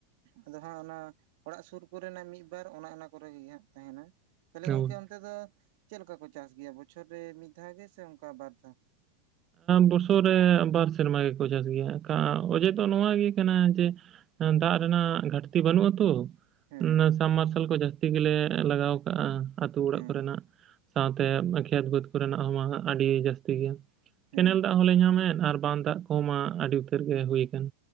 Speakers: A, on the right; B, on the right.
A: ᱟᱫᱚ ᱦᱟᱸᱜ ᱚᱱᱟ ᱚᱲᱟᱜ ᱥᱩᱨ ᱠᱚᱨᱮᱱᱟᱜ ᱢᱤᱫ ᱵᱟᱨ ᱚᱱᱟ ᱚᱱᱟ ᱠᱚᱨᱮᱜᱮ ᱦᱟᱸᱜ ᱛᱟᱦᱮᱸᱱᱟ ᱛᱟᱦᱚᱞᱮ
B: ᱦᱳᱭ
A: ᱜᱚᱝᱠᱮ ᱚᱱᱛᱮ ᱫᱚ ᱪᱮᱫ ᱞᱮᱠᱟ ᱠᱚ ᱪᱟᱥ ᱜᱮᱭᱟ, ᱵᱚᱪᱷᱚᱨ ᱨᱮ ᱢᱤᱫ ᱫᱷᱟᱣ ᱜᱮᱥᱮ ᱚᱱᱠᱟ ᱵᱟᱨ ᱫᱷᱟᱣ?
B: ᱵᱚᱥᱚᱨ ᱨᱮ ᱵᱟᱨ ᱥᱮᱨᱢᱟ ᱜᱮᱠᱚ ᱪᱟᱥ ᱜᱮᱭᱟ᱾ ᱚᱡᱮ ᱫᱚ ᱱᱚᱣᱟ ᱜᱮ ᱠᱟᱱᱟ ᱡᱮ ᱫᱟᱜ ᱨᱮᱱᱟᱜ ᱜᱷᱟᱴᱛᱤ ᱵᱟᱹᱱᱩᱜᱼᱟ ᱛᱚ᱾
A: ᱦᱮᱸ
B: ᱚᱱᱟ
A: ᱦᱮᱸ
B: ᱥᱟᱵ ᱢᱟᱨᱥᱟᱞ ᱠᱚ ᱡᱟᱹᱥᱛᱤ ᱜᱮᱞᱮ ᱞᱟᱜᱟᱣ ᱠᱟᱜᱼᱟ᱾ ᱟᱛᱩ ᱚᱲᱟᱜ
A: ᱦᱮᱸ
B: ᱠᱚᱨᱮᱱᱟᱜ ᱥᱟᱶᱛᱮ ᱠᱷᱮᱛ ᱵᱟᱹᱫ ᱠᱚᱨᱮᱱᱟᱜ ᱦᱚᱸ ᱢᱟ ᱦᱟᱸᱜ ᱟᱹᱰᱤ ᱡᱟᱹᱥᱛᱤ ᱜᱮ
A: ᱦᱮᱸ
B: ᱠᱮᱱᱮᱞ ᱫᱟᱜ ᱦᱚᱸᱞᱮ ᱧᱟᱢᱮᱫ ᱟᱨ ᱵᱟᱝ ᱫᱟᱜ ᱠᱚ ᱢᱟ ᱟᱹᱰᱤ ᱩᱛᱟᱹᱨ ᱜᱮ ᱦᱩᱭ ᱠᱟᱱ᱾